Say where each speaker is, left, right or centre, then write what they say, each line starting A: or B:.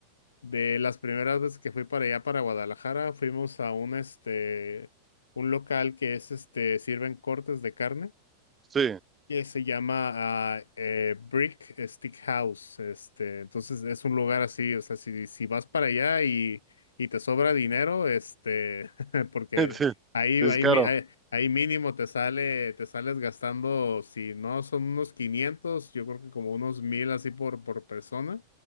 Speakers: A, on the left; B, on the right.
A: de las primeras veces que fui para allá, para Guadalajara, fuimos a un, este, un local que es, este, sirven cortes de carne
B: sí,
A: que se llama ah, eh, Brick Stick House. Este, entonces es un lugar así, o sea, si, si vas para allá y, y te sobra dinero, este, <laughs> porque
B: <laughs> sí,
A: ahí,
B: es
A: ahí,
B: caro,
A: mi- ahí, ahí mínimo te sale, te sales gastando, si no son unos 500, yo creo que como unos 1000 así por, por persona.